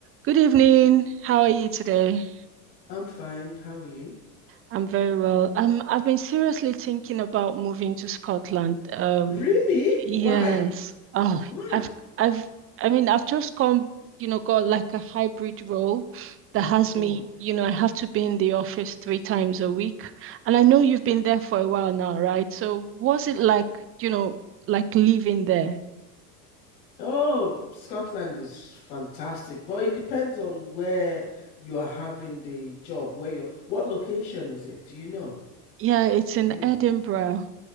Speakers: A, on the right (about 30°); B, on the left (about 70°).
A: Good evening. How are you today?
B: I'm fine. How are you?
A: I'm very well. Um, I've been seriously thinking about moving to Scotland. Um,
B: Really?
A: yes.
B: Why?
A: Oh,
B: Why?
A: I've, I've, I mean, I've just come, you know, got like a hybrid role that has
B: Oh,
A: me, you know, I have to be in the office three times a week. And I know you've been there for a while now, right? So was it like, you know, like living there?
B: oh, Scotland is fantastic, but it depends on where you are having the job, where you're, what location is it? Do you know?
A: Yeah, it's in
B: Do you know?
A: Edinburgh.